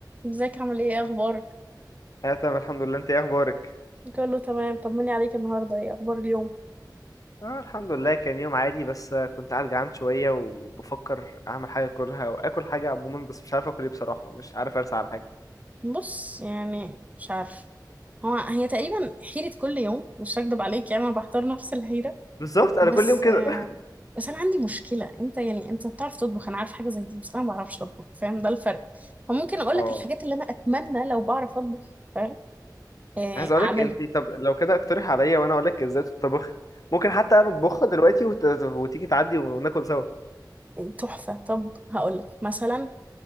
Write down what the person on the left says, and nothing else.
اه تمام الحمد لله انت ايه اخبارك
اه الحمد لله كان يوم عادي بس كنت قاعد جعان شويه وبفكر اعمل حاجه اكلها واكل حاجه عموما بس مش عارف اكل ايه بصراحه مش عارف ارسى على حاجه
بالظبط انا
كل يوم كده
<laughs>
اه
عايز اقولك
انت طب لو كده اقترح عليا وانا اقولك ازاي تطبخ ممكن حتى انا اطبخها دلوقتي وت... وتيجي تعدي وناكل سوا